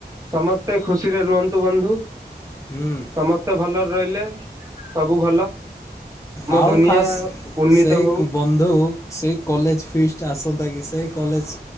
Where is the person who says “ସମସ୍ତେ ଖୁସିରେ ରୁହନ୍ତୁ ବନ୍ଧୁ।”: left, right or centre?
Right